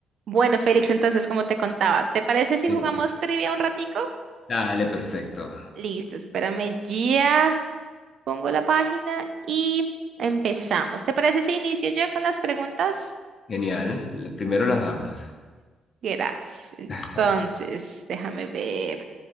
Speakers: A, on the right (about 60°); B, on the left (about 40°).
A: Bueno, Félix, entonces, como te contaba, ¿te parece si
B: Sí.
A: jugamos trivia un ratico?
B: Dale, perfecto.
A: Listo, espérame, ya pongo la página y empezamos. ¿Te parece si inicio yo con las preguntas?
B: Genial. Le- Primero las damas.
A: Gracias.
B: <laughs>
A: Entonces, déjame ver